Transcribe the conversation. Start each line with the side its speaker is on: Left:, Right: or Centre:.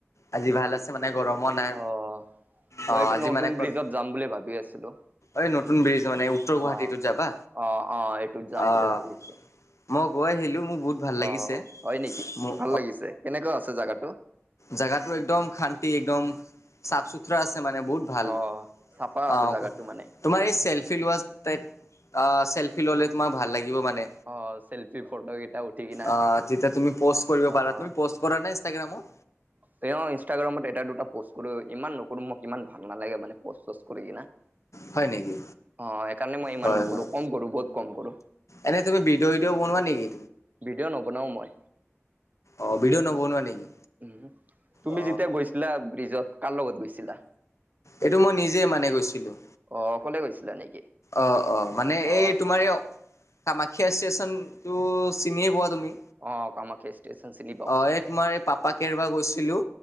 Left: আজি ভাল আছে মানে গৰমো নাই
Right: অ',
Left: অ
Right: মই এইটো
Left: আজি
Right: নতুন
Left: মানে ক'ত
Right: ব্ৰিজত যাম বুলি ভাবি আছিলো অ',
Left: এই নতুন ব্ৰিজ মানে উত্তৰ গুৱাহাটীটোত
Right: অ',
Left: যাবা
Right: অ', এইটো যাম
Left: অ
Right: বুলি ভাবি আছো।
Left: মই গৈ আহিলো মোক বহুত ভাল লাগিছে
Right: অ', হয় নেকি
Left: মোক
Right: ভাল লাগিছে কেনেকুৱা আছে জোগাটো
Left: জাগাটো একদম শান্তি একদম চাফ চুতৰা আছে মানে বহুত ভাল
Right: অ', চাফা আছে
Left: অ',
Right: জাগাটো মানে
Left: তোমাৰ এই চেলফি লোৱা ষ্টেণ্ড অ', চেল্ফি ল'লে তোমাক ভাল লাগিব মানে।
Right: অ', চেল্ফি ফটো কেইটা উঠি কিনা
Left: অ', তেতিয়া তুমি পষ্ট কৰিব
Right: অ',
Left: পাৰা তুমি পষ্ট কৰা নাই ইনষ্টাগ্ৰামত
Right: তেওঁ ইনষ্টাগ্ৰামত এটা দুটা পোষ্ট কৰোঁ ইমান নকৰোঁ মোক ইমান ভাল নালাগে মানে প'ষ্ট চষ্ট কৰি কিনা
Left: হয় নেকি।
Right: অ', সেইকাৰণে মই ইমান
Left: হয়
Right: নকৰো
Left: হয়
Right: কম কৰো বহুত কম কৰো
Left: এনে তুমি ভিডিঅ' ইউিঅ' বনোৱা নেকি?
Right: ভিডিঅ' নবনাও মই।
Left: অ', ভিডিঅ' নবনোৱা নেকি
Right: উম তুমি
Left: অ
Right: যেতিয়া গৈছিলা ব্ৰিজত কাৰ লগত গৈছিলা?
Left: এইটো মই নিজেই মানে গৈছিলোঁ।
Right: অ' অকলে গৈছিলা নেকি?
Left: অ' অ' মানে
Right: অ
Left: এই তোমাৰ কামাখ্যা ষ্টেচনটো চিনিয়ে পোৱা তুমি?
Right: অ কামাখ্যা ষ্টেচন চিনি পাওঁ
Left: অ ' এই তোমাৰ এই পাপাক এৰিব গৈছিলো।